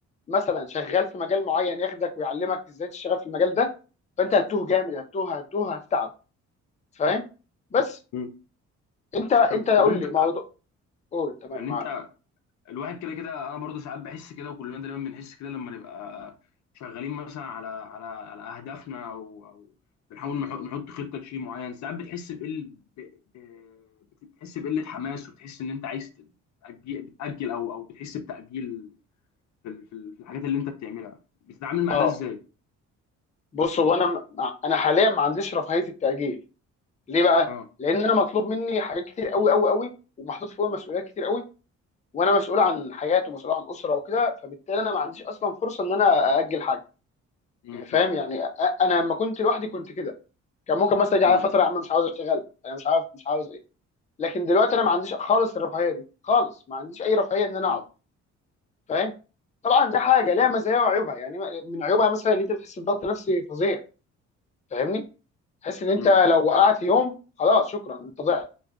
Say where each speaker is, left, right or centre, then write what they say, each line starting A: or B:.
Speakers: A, on the left; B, on the left.
A: مثلا شغال في مجال معين ياخدك ويعلمك ازاي تشتغل في المجال ده فانت هتتوه جامد هتتوه هتتوه هتتعب فاهم بس
B: امم
A: انت انت
B: طب
A: قول
B: طب انت
A: لي موضوع قول تمام
B: يعني
A: معاك
B: انت الواحد كده كده انا برضو ساعات بحس كده وكلنا دايما بنحس كده لما نبقى شغالين مثلا على على على اهدافنا او او بنحاول نح- نحط خطه لشيء معين ساعات بتحس بقل ب... ب... بتحس بقله حماس وبتحس ان انت عايز تأجي... بتأجل او او بتحس بتأجيل في ال- في ال- في الحاجات اللي انت بتعملها بتتعامل مع
A: اه
B: ده ازاي؟
A: بص هو انا م- انا حاليا ما عنديش رفاهيه التاجيل ليه بقى؟
B: اه
A: لان انا مطلوب مني حاجات كتير قوي قوي قوي ومحطوط فوق مسؤوليات كتير قوي وانا مسؤول عن حياته ومسؤول عن اسره وكده فبالتالي انا ما عنديش اصلا فرصه ان انا ااجل حاجه
B: امم
A: يعني
B: فاهم
A: فاهم يعني أ- انا لما كنت لوحدي كنت كده كان ممكن مثلا يجي
B: امم
A: على فتره يا عم مش عاوز اشتغل انا مش عارف مش عاوز ايه لكن دلوقتي انا ما عنديش خالص الرفاهيه دي خالص ما عنديش اي رفاهيه ان انا
B: امم
A: اقعد فاهم طبعا ده حاجه ليها مزايا وعيوبها يعني من عيوبها مثلا ان انت بتحس بضغط نفسي فظيع فاهمني تحس ان انت
B: امم
A: لو وقعت يوم خلاص شكرا انت ضعت